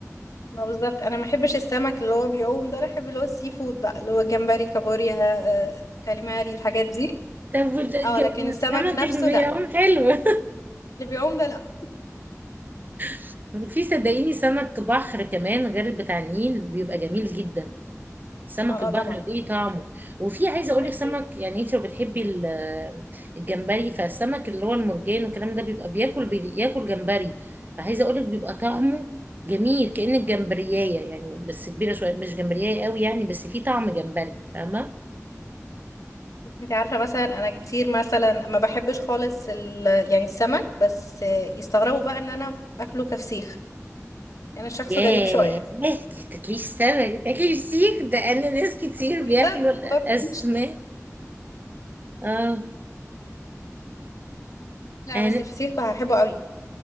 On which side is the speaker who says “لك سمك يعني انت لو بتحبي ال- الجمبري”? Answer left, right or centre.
Right